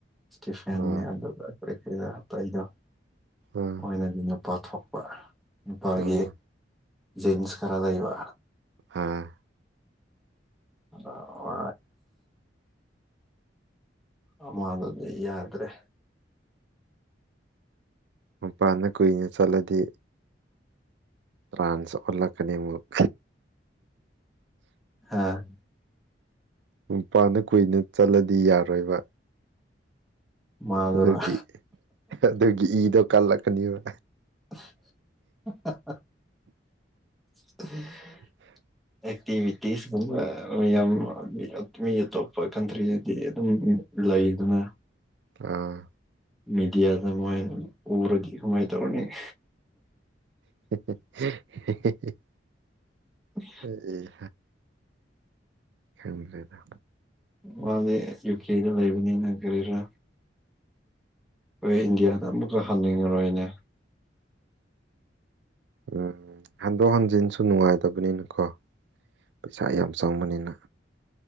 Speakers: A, in the centre; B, on the right.
A: ꯏꯁꯇꯤꯐꯦꯟꯅꯤ
B: ꯑꯥ
A: ꯑꯗꯨꯗ ꯀꯔꯤ ꯀꯗ ꯑꯇꯩꯗꯣꯅꯗꯨꯅ
B: ꯑꯥ
A: ꯅꯨꯄꯥꯊꯣꯛꯄ ꯅꯨꯄꯥꯒꯤ
B: ꯑꯥ
A: ꯖꯤꯟꯁ ꯈꯔ ꯂꯩꯩꯕ
B: ꯑꯥ
A: ꯑꯗ ꯑ ꯑꯃ ꯑꯗꯨꯗꯤ ꯌꯥꯗ꯭ꯔꯦ
B: ꯃꯄꯥꯟꯗ ꯀꯨꯏꯅ ꯆꯠꯂꯗꯤ ꯇ꯭ꯔꯥꯟꯁ ꯑꯣꯜꯂꯛꯀꯅꯤ ꯑꯃꯨꯛ
A: ꯍꯥꯥ
B: ꯅꯨꯄꯥꯟꯗ ꯀꯨꯏꯅ ꯆꯠꯂꯗꯤ ꯌꯥꯔꯣꯏꯕ
A: ꯃꯥꯗꯨꯅ
B: ꯑꯗꯨꯒꯤ ꯑꯗꯨꯒꯤ ꯏꯗꯣ ꯀꯜꯂꯛꯀꯅꯤꯕ
A: ꯎ
B: <inaudible>
A: ꯑꯦꯛꯇꯤꯚꯤꯇꯤꯁꯀꯨꯝꯕ ꯌꯥꯝ ꯃꯤ ꯑꯇꯣꯞꯄ ꯀꯟꯇ꯭ꯔꯤꯗꯗꯤ ꯑꯗꯨꯝ ꯂꯩꯗꯨꯅ
B: ꯑꯥ
A: ꯃꯗꯤꯌꯥꯗ ꯎꯔ ꯃꯥ ꯇꯧꯅꯤꯤ
B: <inaudible>
A: ꯎ
B: ꯑꯦ ꯑꯦ ꯈꯂꯗ
A: ꯃꯥꯦ ꯌꯨꯀꯦꯗ ꯂꯩꯕꯅꯤꯅ ꯀꯔꯤꯔꯥ ꯑꯩꯈꯣꯏ ꯏꯟꯗꯤꯌꯥꯗ ꯑꯃꯨꯛꯀ ꯍꯟꯅꯤꯡꯉꯔꯣꯏꯅꯦ
B: ꯎꯝ ꯍꯟꯗꯣꯛ ꯍꯟꯖꯤꯟꯁꯨ ꯅꯨꯡꯉꯥꯏꯇꯕꯅꯤꯅꯀꯣ ꯄꯩꯁꯥ ꯌꯥꯝ ꯆꯪꯕꯅꯤꯅ